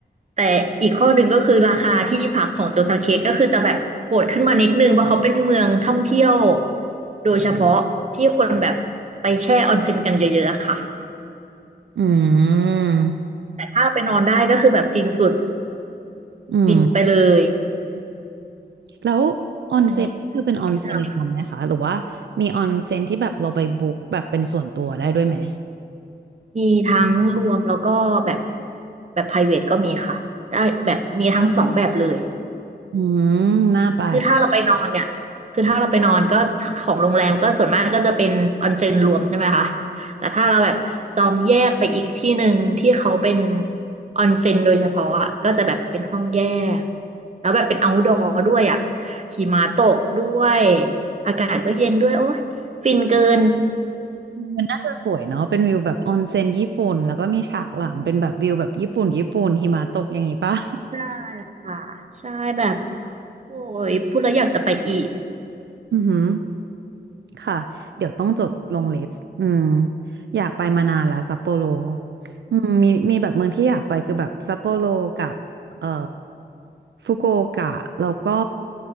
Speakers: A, on the right; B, on the right.
A: แต่อีกข้อหนึ่งก็คือราคาที่พักของโจซังเคก็คือจะแบบโหดขึ้นมานิดนึงเพราะเขาเป็นเมืองท่องเที่ยวโดยเฉพาะที่คนแบบไปแช่ออนเซ็นกันเยอะๆอะค่ะ
B: อืม
A: แต่ถ้าไปนอนได้ก็คือแบบฟินสุด
B: อืม
A: ฟินไปเลย
B: แล้วออนเซ็นนี่คือเป็นออนเซ็นรวมไหมคะหรือว่ามีออนเซ็นที่แบบเราไปบุ๊กแบบเป็นส่วนตัวได้ด้วยไหม
A: อันนี้ก็แนะนำมีทั้งรวมแล้วก็แบบแบบ private ก็มีค่ะได้แบบมีทั้งสองแบบเลย
B: อืมน่าไป
A: คือถ้าเราไปนอนเนี่ยคือถ้าเราไปนอนก็ของโรงแรมก็ส่วนมากก็จะเป็นออนเซ็นรวมใช่ไหมคะแต่ถ้าเราแบบจองแยกไปอีกที่หนึ่งที่เขาเป็นออนเซ็นโดยเฉพาะอะก็จะแบบเป็นห้องแยกแล้วแบบเป็น outdoor ด้วยอ่ะหิมะตกด้วยอากาศก็เย็นด้วยโอ้ยฟินเกิน
B: มันน่าจะสวยเนาะเป็นวิวแบบออนเซ็นญี่ปุ่นแล้วก็มีฉากหลังเป็นแบบวิวแบบญี่ปุ่นญี่ปุ่นหิมะตกอย่างนี้ป่ะ
A: <laughs> ใช่ค่ะใช่แบบโอ้ยพูดแล้วอยากจะไปอีก
B: <laughs> อือหือ ค่ะเดี๋ยวต้องจดลงลิสต์อืมอยากไปมานานแล้วซัปโปโรอืมมีมีแบบเมืองที่อยากไปคือแบบซัปโปโรกับเอ่อฟุกุโอกะแล้วก็